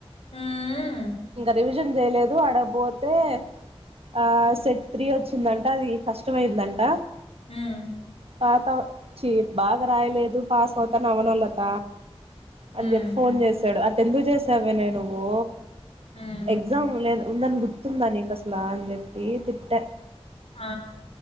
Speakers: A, on the left; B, on the right.
A: ఉమ్
B: ఇంకా రివీజెన్ చేయలేదు అడబోతే ఆ సెట్ త్రీ వచ్చిందంట అది కష్టమయిందంట
A: హ్మ్
B: పాత చీ బాగా రాయలేదు పాస్ అవుతాను అవనలత అని
A: ఉమ్
B: చెప్పి ఫోన్ చేసాడు అ ఎందు చేసావనే నువ్వు
A: ఉమ్
B: ఎగ్జామ్ లేదు ఉందని గుర్తుందానిక అసలా అని చెప్పి తి అట్ట
A: ఆ